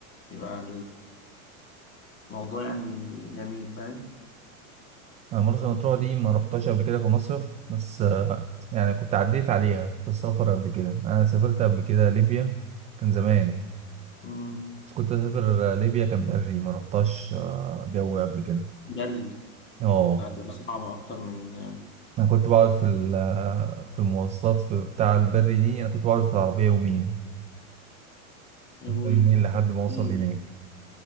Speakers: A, on the left; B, on the right.
A: يبقى الموضوع يعني جميل فاهم
B: أنا مرسى مطروح دي ما رحتهاش قبل كده في مصيف بس آه، يعني كنت عديت عليها في السفر قبل كده أنا سافرت قبل كده ليبيا كان زمان
A: مم.
B: بس كنت أسافر آه، ليبيا كان بري ما رحتهاش آه، جو قبل كده
A: جري
B: اه
A: هتبقى صعبة أكتر من
B: أنا كنت بقعد في ال- آه، في المواصلات في بتاع البري دي أنا كنت بقعد في العربية يومين
A: يا أبويا
B: يومين لحد ما أوصل
A: كتير
B: هناك